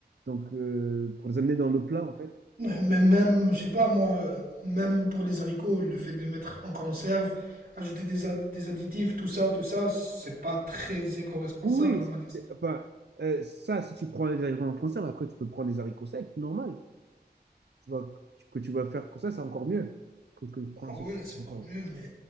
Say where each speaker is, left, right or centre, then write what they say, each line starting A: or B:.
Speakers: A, on the right (about 75°); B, on the right (about 55°).
A: donc euh, pour les amener dans le plat, en fait.
B: mais même, je sais pas moi, même pour les haricots, le fait de les mettre en conserve, ajouter des, ad- des additifs, tout ça, tout ça, c'est pas très éco-responsable,
A: Oui, oui,
B: on
A: c'est-
B: va dire.
A: c'est- enfin, euh, ça, si tu prends les haricots en conserve, après, tu peux prendre des haricots secs, normal. Tu vas, que tu vas faire comme ça, c'est encore mieux que, que de prendre
B: Ouais,
A: ceux qui sont
B: c'est
A: en
B: encore
A: conserve.
B: mieux, mais